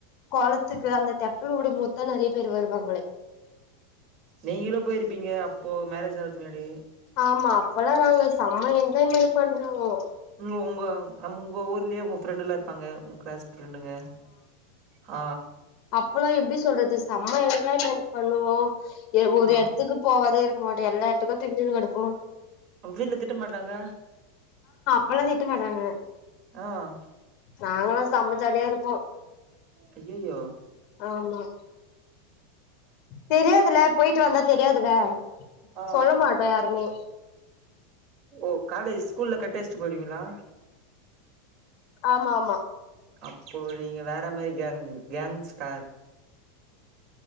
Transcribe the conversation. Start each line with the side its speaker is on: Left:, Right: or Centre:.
Left: கோலத்து துக்கு தெப்போ விடும் போது தா நிறைய பேரு வருவாங்களே
Right: நீங்களும் போயிருப்பீங்க அப்போ மேரேஜ் முன்னாடி
Left: ஆமா அப்பதா நாங்க செம்ம என்ஜாய்மென்ட் பண்றோம்
Right: ம் உங்க ஊர்லயே உங்க ஃப்ரெண்டு் எல்லாம் இருப்பாங்க கிளாஸ் ஃப்ரெண்ட்ங்க ஹ
Left: அப்ப எல்லாம் எப்படி சொல்றது செம்ம என்ஜாய்மென்ட் பண்ணுவோம் ஒரு
Right: ஆ
Left: இடத்துக்கு போவதே போட்டு எல்லா இடத்துக்கும் திருசிடு இருப்போம்
Right: வீட்டுல திட்ட மாட்டாங்க
Left: அதெல்லாம் திட்ட மாட்டாங்க
Right: ஆஹ்
Left: நாங்கல்லா செம்ம ஜாலியா இருப்போம்
Right: அய்யயோ
Left: ஆமா தெரியாதுல போயிட்டு வந்தா தெரியாதுல
Right: ஆ
Left: சொல்ல மாட்டோம் யாருமே
Right: ஓ காலேஜ் ஸ்கூல கட் அடிச்சிட்டு போய்டுவீங்களா
Left: ஆமா ஆமா
Right: அப்போ நீங்க வேற மாதிரி கேங் கேங்ஸ்டார்